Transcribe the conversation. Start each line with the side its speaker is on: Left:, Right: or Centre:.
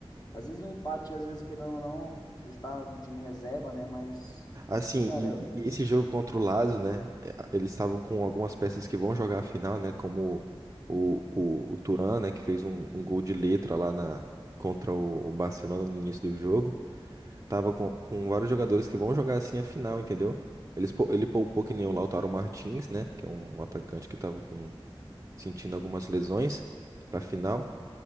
Left: Às vezes um empate, às vezes, querendo ou não, às vezes tava com o time reserva, né, mas...
Right: Assim,
Left: Cara,
Right: e, e esse jogo contra o Lazio, né? é, Eles estavam com algumas peças que vão jogar a final, né? Como o, o, o Thuram, né? Que fez um, um gol de letra lá na, contra o, o Barcelona no início do jogo. Tava com, com vários jogadores que vão jogar assim a final, entendeu? Eles, pou- ele poupou que nem o Lautaro Martins, né? Que é um atacante que tava com, sentindo algumas lesões pra final.